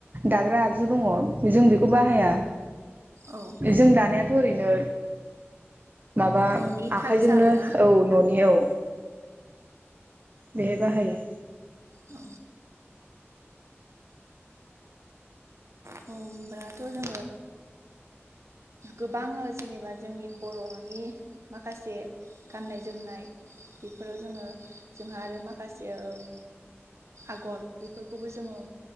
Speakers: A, on the right; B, on the right.
A: दाग्रा आगजु दङ जों बेखौ बाहाया।
B: औ
A: जों दानायाथ' ओरै नो माबा
B: न'नि थाथसाल
A: आखाइजोंनो औ
B: ना?
A: न'नि औ बेहाय बाहायो।
B: औ। होमबाथ' जोङो गोबां जेनेबा जोंनि बर'नि माखासे गाननाय जोमनाय बेफोराव जोङो जोंहा आरो माखासे ओम आगर बेफोरखौबो जोङो